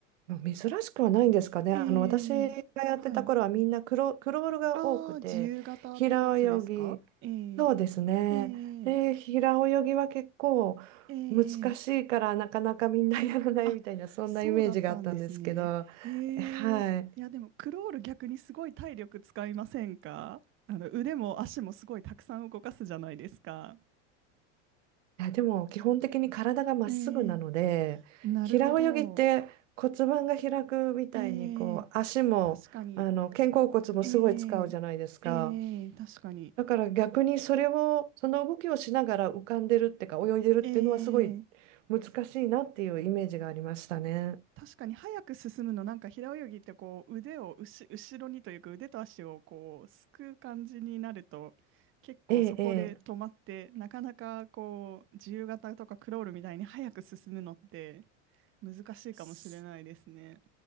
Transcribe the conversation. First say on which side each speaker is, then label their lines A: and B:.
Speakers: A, on the right (about 85°); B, on the right (about 35°).
A: まあ珍しくはないんですかね。
B: えー、
A: あの、私がやってた頃はみんなクロ、
B: はい。
A: クロールが多くて、
B: ああ、自由形ってやつですかえー、
A: 平泳ぎ、そうですね。
B: えー、
A: で、平泳ぎは結構
B: えー、
A: 難しいからなかなかみんなやらないみたいな、
B: えーあ、
A: そんなイメージがあったんですけど、
B: そうだったんですね。ええいやでもクロール逆にすごい体力使いませんかあの腕も足もすごいたくさん動かすじゃないですか。
A: はい。いや、でも基本的に体がまっすぐなので、
B: ええなるほど。
A: 平泳ぎって骨盤が開くみたいにこう足もあの肩甲骨もすごい使うじゃないですか。
B: ええ確かに。ええええ確かに。
A: だから逆にそれをその動きをしながら浮かんでるってか泳いでるっていうのはすごい難しいなっていうイメージがありましたね。
B: ええ確かに早く進むの、なんか平泳ぎってこう腕をうし後ろにというか腕と足をこうすくう感じになると結構そこで止まってなかなかこう自由形とかクロールみたいに早く進むのって
A: ええ、ええ、
B: 難しいかもしれないですね。
A: そ